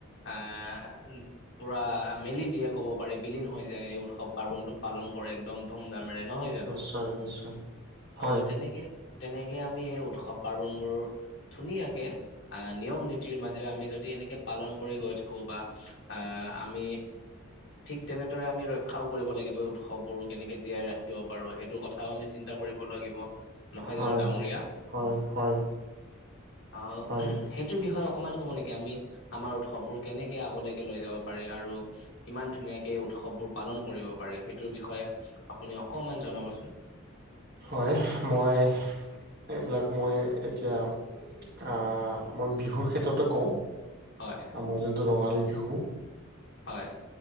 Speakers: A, on the left; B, on the right.
A: আহ পুৰা মেলি দিয়ে, কব পাৰি বিলীন হৈ যায়। এই উৎসৱ পাৰ্বনটো পালন কৰে। একদম ধুম-ধামেৰে নহয় জানো?
B: নিশ্চয় নিশ্চয় হয়
A: অহ, তেনেকে-তেনেকে আমি সেই উৎসৱ পাৰ্বনবোৰ ধুনীয়াকে আহ, নিয়ম-নীতিৰ মাজেৰে আমি যদি এনেকে পালন কৰি গৈ থাকো বা আহ, আমি ঠিক তেনেদৰে আমি ৰক্ষাও কৰিব লাগিব। এই উৎসৱবোৰ কেনেকে জীয়াই ৰাখিব পাৰো সেই সেইটো কথাও আমি চিন্তা কৰিব লাগিব, নহয়
B: হয়
A: জানোঁ ডাঙৰীয়া?
B: হয়, হয়।
A: অ
B: হয়
A: সেইটোৰ বিষয়ে অকমান ক'ব নেকি, আমি আমাৰ উৎসৱবোৰ কেনেকে আগলৈকে লৈ যাব পাৰি আৰু কিমান ধুনীয়াকে এই উৎসৱবোৰ পালন কৰিব পাৰি, সেইটোৰ বিষয়ে আপুনি অকমান জনাবচোন।
B: হয়, মই এইবিলাক মই এতিয়া, আহ মই বিহুৰ ক্ষেত্ৰতে কওঁ।
A: হয়।
B: আমাৰ যোনটো ৰঙালী বিহু।
A: হয়।